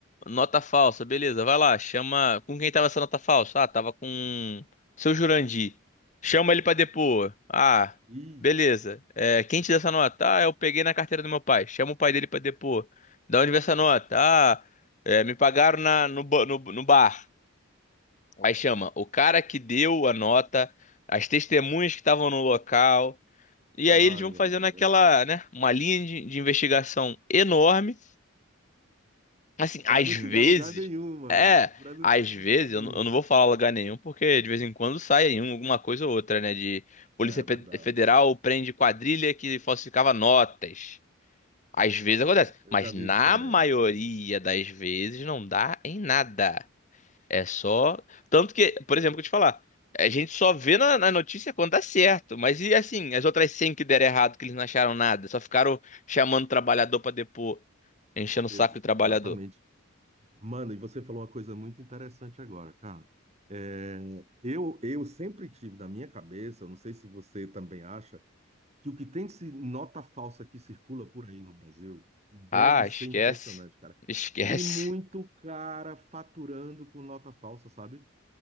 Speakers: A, on the left; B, on the right.
A: nota falsa, beleza, vai lá, chama. Com quem tava essa nota falsa? Ah, tava com seu Jurandir. Chama ele pra depor. Ah,
B: Isso.
A: beleza. É, quem te deu essa nota? Ah, eu peguei na carteira do meu pai. Chama o pai dele pra depor. Da onde veio essa nota? Ah, é, me pagaram na, no, ba- no, no bar. Aí chama o cara que deu a nota, as testemunhas que estavam no local. E
B: Ai,
A: aí eles vão fazendo
B: ai,
A: aquela,
B: é verdade.
A: né, uma linha de, de investigação enorme. Assim, às
B: Para não
A: vezes,
B: chegar a lugar nenhum, mano.
A: é,
B: Para não
A: às
B: chegar
A: vezes,
B: a lugar nenhum.
A: eu, não eu não vou falar lugar nenhum, porque de vez em quando sai aí um- alguma coisa ou outra, né, de Polícia
B: É
A: Pe-
B: verdade.
A: Federal
B: É,
A: prende quadrilha que falsificava notas. Às vezes acontece,
B: É, eu
A: mas
B: já vi
A: na
B: isso também.
A: maioria
B: É,
A: das vezes não dá em nada. É só. Tanto que, por exemplo, que eu te falar, a gente só vê na, na notícia quando dá certo. Mas e assim, as outras 100 que deram errado, que eles não acharam nada, só ficaram chamando o trabalhador pra depor, enchendo o
B: exatamente.
A: saco do trabalhador.
B: Mano, e você falou uma coisa muito interessante agora, cara. É, eu, eu sempre tive na minha cabeça, eu não sei se você também acha, que o que tem de se- nota falsa que circula por aí no Brasil deve
A: Ah,
B: ser
A: esquece.
B: impressionante, cara.
A: Esquece.
B: E muito cara faturando com nota falsa, sabe?